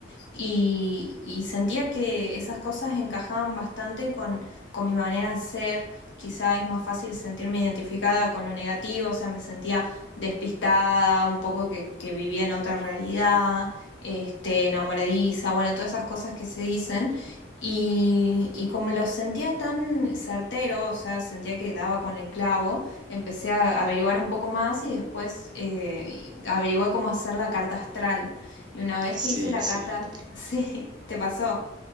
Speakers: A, on the left; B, on the right.
A: y, y sentía que esas cosas encajaban bastante con, con mi manera de ser. Quizá es más fácil sentirme identificada con lo negativo, o sea, me sentía despistada, un poco que, que vivía en otra realidad, este, enamoradiza, bueno, todas esas cosas que se dicen. Y, y como lo sentía tan certero, o sea, sentía que daba con el clavo, empecé a averiguar un poco más y después eh, averigué cómo hacer la carta astral. Y una vez
B: Sí,
A: que hice la
B: sí,
A: carta,
B: sí.
A: Sí, <laughs> te pasó.